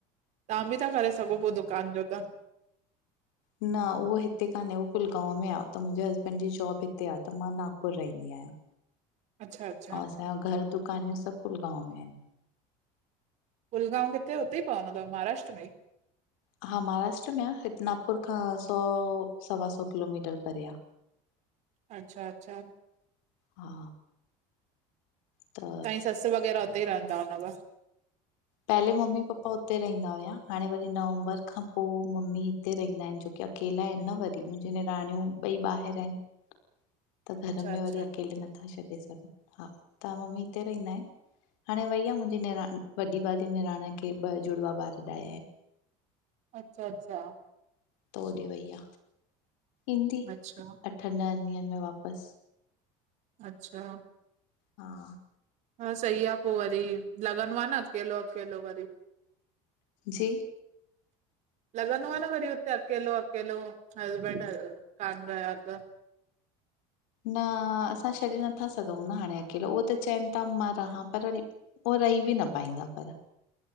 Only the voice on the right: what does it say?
तहां बि ता करे सघो पो दुकान जो त।
अच्छा अच्छा
कुलगांव किथे, हुते ई पवंदो थव महाराष्ट्र में ई?
अच्छा- अच्छा
तहांजी ससु वग़ैरह उते ई रहंदा हुंदव?
<inaudible>
अच्छा
अच्छा,
अच्छा- अच्छा
अच्छा
अच्छा
हा सही आ पो वरी लॻंदो आ न अकेलो अकेलो वरी।
<inaudible> लॻन्दो आ न वरी हुते अकेलो- अकेलो हसबैंड कान रहया त